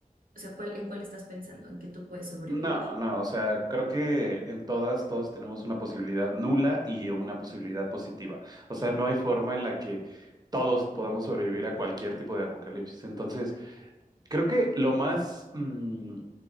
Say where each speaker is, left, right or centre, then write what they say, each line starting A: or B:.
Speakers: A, on the right (about 75°); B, on the right (about 25°).
A: O sea, ¿cuál, en cuál estás pensando? ¿En qué tú puedes sobrevivir?
B: No, no, o sea, creo que en todas, todos tenemos una posibilidad nula y una posibilidad positiva. O sea, no hay forma en la que todos podamos sobrevivir a cualquier tipo de apocalipsis. Entonces, creo que lo más mm,